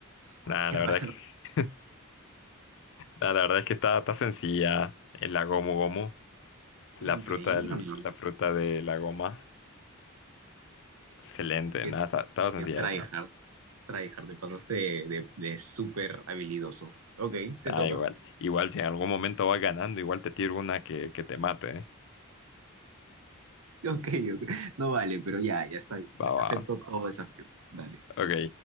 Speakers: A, on the right; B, on the left.
A: <laughs>
B: Nah,
A: Qué
B: la
A: raro.
B: verdad es que, nah, la verdad es que está, está sencilla. El la Gomu Gomu. La
A: Increíble.
B: fruta, del- la fruta de la goma. Excelente,
A: Que
B: nada, está- estaba sencilla
A: Qué tryhard,
B: esa.
A: tryhard, te pasaste de, de, de súper habilidoso. Ok,
B: Da
A: te toca.
B: igual. Igual si en algún momento vas ganando, igual te tiro una que, que te mate, ¿eh?
A: Ok, ok. No vale, pero ya, ya está bien. está
B: Va,
A: bien.
B: va.
A: Acepto todo desafío. Dale.
B: Ok.